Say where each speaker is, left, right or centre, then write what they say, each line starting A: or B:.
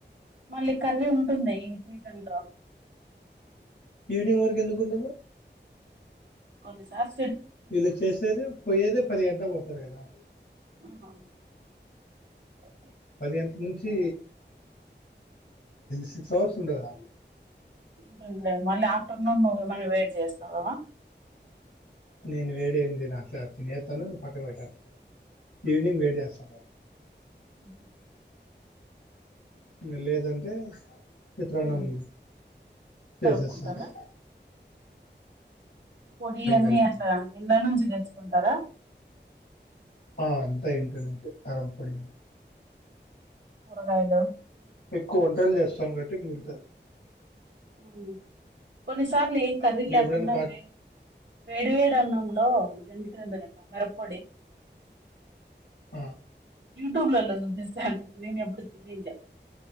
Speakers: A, on the right (about 75°); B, on the left (about 75°).
A: మళ్ళీ కర్రీ ఉంటుందా ఈ సీజన్ లో
B: ఈవినింగ్ వరకు ఎందుకు ఉండదు
A: కొన్నిసార్
B: పెళ్లి చేసేది పోయేదే పది గంటలకు పోతారు కదా
A: ఆహా ఒకే
B: పది గంటల నుంచి సిక్స్ అవర్స్ ఉండదా
A: ఉంటది ఉంటది మళ్ళీ ఆఫ్టర్నూన్ నువ్వు ఏమన్నా వేడి చేస్తావా
B: నేను వేడి ఏమి చేయను అట్లే తినేస్తాను పక్కన పెట్టేస్తాను ఈవనింగ్ వేడి చేస్తారు వాళ్లు
A: ఉహు
B: ఇంకా లేదంటే చిత్రాన్నం
A: ఉమ్,
B: టేస్ట్
A: కలుపుకుంటారా
B: చేస్తారు
A: పొడి అన్ని
B: కలుపుకునే
A: అట్లా ఇండ్ల నుంచి తెచ్చు కుంటారా
B: ఆ అంతా ఇంటి నుంచే కారంపొడి కూడా
A: ఊరగాయలు
B: ఎక్కువ వంటలు చేస్తాం మత్తం కాబట్టి మీగులుతాయి
A: ఉమ్ కొనిస్ <unintelligible> ఏం కర్రీ
B: ఇంకెప్పుడైనా
A: లేకున్నా
B: పాట్
A: వే వేడి వేడి అన్నంలో <unintelligible> పొడి
B: ఆ
A: యూట్యూబ్ లలో చూపిస్తే నేను ఎప్పుడూ తినేది